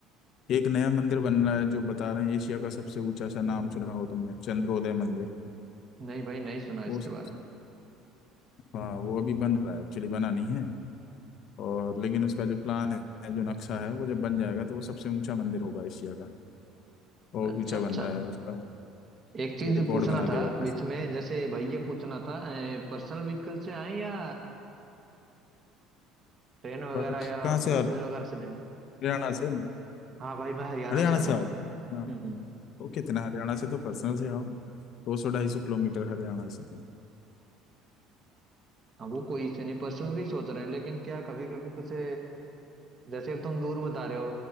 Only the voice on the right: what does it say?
नहीं भाई नहीं सुना
इसके
बारे में
अच्छा
अच्छा
एक चीज
पूछना
था
बीच
में जैसे भाई ये पूछना था पर्सनल व्हीकल से आए या ट्रेन वगैरह
या
बसेज
वगैरह से दें
हाँ भाई मैं हरियाणा
से आ
रहा
हूँ
हम्म हम्म
हाँ वो कोई इशू नहीं पर्सनल का ही सोच रहे हैं लेकिन क्या कभी कभी कुछ अ, जैसे अब तुम दूर बता रहे हो